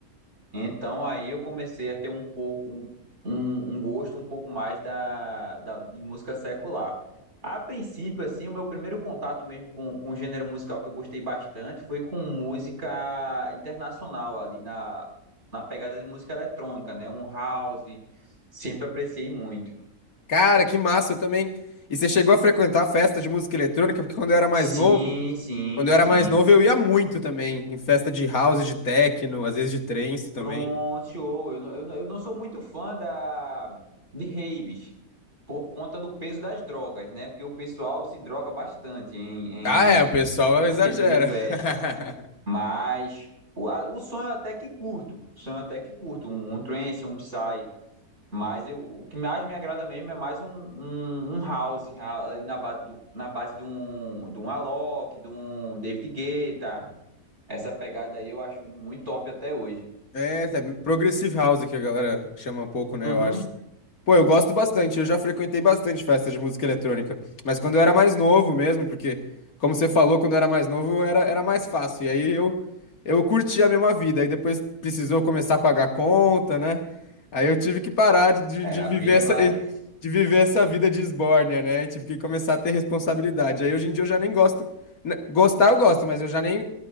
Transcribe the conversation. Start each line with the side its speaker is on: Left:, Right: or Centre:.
Right: Então aí eu comecei a ter um pouco um, um um gosto um pouco mais da, da- de música secular. A princípio, assim, o meu primeiro contato mesmo com, com o gênero musical que eu gostei bastante foi com música internacional, ali na, na pegada de música eletrônica, né? Um house, sempre apreciei muito.
Left: Cara, que massa, eu também. E você chegou a frequentar festa de música eletrônica? Porque quando eu era mais
Right: Sim,
Left: novo,
Right: sim,
Left: quando eu era
Right: sim.
Left: mais novo eu ia muito também, em festa de house, de techno, às vezes de trance também.
Right: Pronto, eu não, eu não eu não sou muito fã da, de raves por conta do peso das drogas, né? Porque o pessoal se droga bastante em,
Left: Ah, é, o
Right: em
Left: pessoal exagera.
Right: esse tipo de festa.
Left: <laughs>
Right: Mas o, a- o sonho até que curto, o sonho até que curto, um, um trance, um psy. Mas eu, o que mais me agrada mesmo é mais um, um, um house, a- ali na base, do, na base de um, de um Alok, de um David Guetta. Essa pegada aí eu acho muito top até hoje.
Left: É, tá- progressive house que a galera chama um pouco, né?
Right: Uhum.
Left: Eu acho. Pô, eu gosto bastante, eu já frequentei bastante festas de música eletrônica, mas quando eu era mais novo mesmo, porque, como você falou, quando eu era mais novo era, era mais fácil, e aí eu, eu curti a mesma vida, aí depois precisou começar a pagar conta, né? Aí eu tive que parar de, de
Right: É,
Left: de
Right: a
Left: viver
Right: vida
Left: essa,
Right: vai.
Left: de viver essa vida de esbórnia, né? Tive que começar a ter responsabilidade, aí hoje em dia eu já nem gosto, né, gostar eu gosto, mas eu já nem,